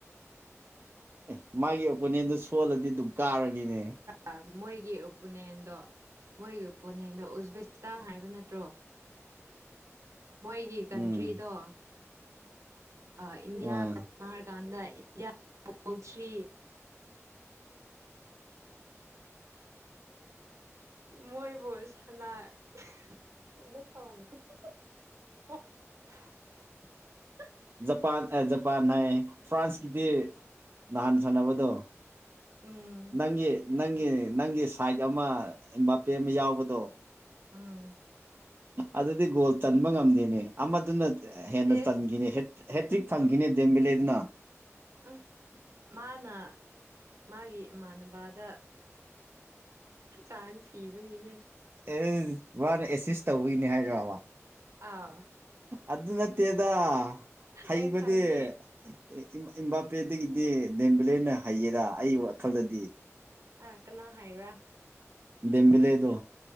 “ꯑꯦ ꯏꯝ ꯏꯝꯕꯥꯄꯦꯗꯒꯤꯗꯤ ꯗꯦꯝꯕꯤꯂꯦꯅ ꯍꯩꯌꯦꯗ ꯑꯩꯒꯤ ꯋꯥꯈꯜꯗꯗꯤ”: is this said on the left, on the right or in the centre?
Right